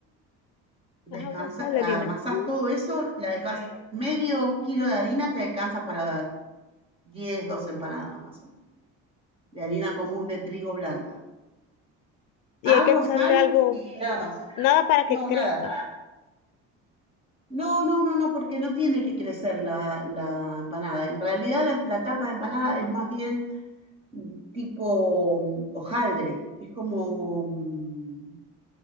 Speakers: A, on the right; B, on the left.
A: descansar,
B: agua, sal, harina.
A: amasás
B: Mm.
A: todo eso, la dejas medio kilo de harina, te alcanza para 10, 12 empanadas más o menos, de harina común de trigo blanca.
B: Y
A: Agua,
B: hay que echarle
A: sal
B: algo,
A: y nada más.
B: nada para que
A: No,
B: crezca.
A: nada. No, no, no, no, porque no tiene que crecer la, la empanada. En realidad la, la tapa de empanada es más bien mm, tipo mm, hojaldre. Es como, mm,